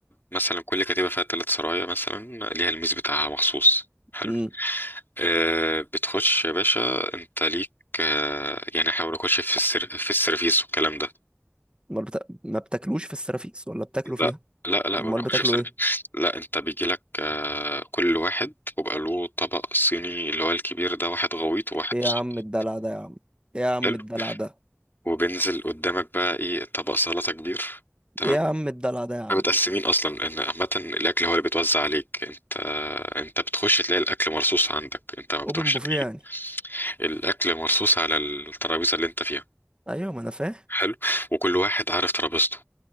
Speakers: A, on the left (about 50°); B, on the right (about 20°).
A: مثلا كل كتيبة فيها تلات سرايا مثلا ليها الميز بتاعها مخصوص حلو
B: امم
A: آه، بتخش يا باشا انت ليك آه، يعني احنا ما بناخدش في السر... في السيرفيس والكلام ده
B: امال بتا... ما بتاكلوش في السرافيس ولا بتاكلوا فيها
A: لا لا لا
B: امال
A: ما بناخدش
B: بتاكلوا
A: في السيرفيس
B: ايه
A: لا انت بيجي لك آه، كل واحد وبقى له طبق صيني اللي هو الكبير ده واحد غويط وواحد
B: ايه
A: مصغر
B: يا عم الدلع ده يا عم ايه يا عم
A: حلو
B: الدلع ده
A: وبينزل قدامك بقى ايه طبق سلطة كبير تمام
B: ايه يا عم الدلع ده يا عم
A: احنا متقسمين اصلا ان عامة الاكل هو اللي بيتوزع عليك انت انت بتخش تلاقي الاكل مرصوص عندك انت ما بتروحش
B: اوبن بوفيه
A: تجيب
B: يعني
A: الاكل مرصوص على الترابيزة اللي انت فيها
B: ايوه ما انا فاهم
A: حلو وكل واحد عارف ترابيزته